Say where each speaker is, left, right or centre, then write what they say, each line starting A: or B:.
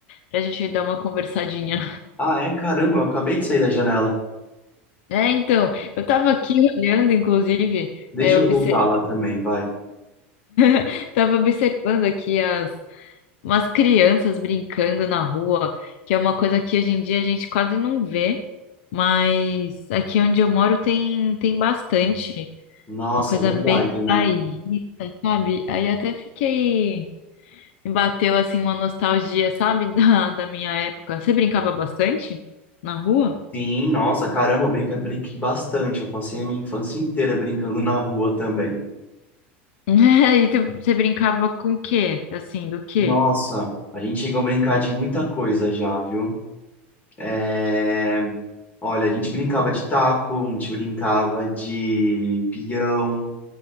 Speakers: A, on the left (about 75°); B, on the left (about 25°).
A: pra gente dar uma conversadinha.
B: Ah, é? Caramba, eu acabei de sair da janela.
A: É, então, eu tava aqui olhando, inclusive,
B: Deixa
A: é,
B: eu
A: obser-
B: voltar lá também, vai.
A: <laughs> tava observando aqui as umas crianças brincando na rua, que é uma coisa que hoje em dia a gente quase não vê, mas aqui onde eu moro tem, tem bastante.
B: Nossa,
A: Uma coisa
B: é verdade,
A: bem
B: né?
A: bairrista, sabe? Aí eu até fiquei. Me bateu assim uma nostalgia, sabe? <laughs> Da, da minha época. Você brincava bastante na rua?
B: Sim, nossa, caramba, eu brinca, brinquei bastante. Eu passei a minha infância inteira brincando na rua também.
A: <laughs> E tu- você brincava com o quê? Assim, do quê?
B: Nossa, a gente chegou a brincar de muita coisa já, viu? É... Olha, a gente brincava de taco, a gente brincava de pião,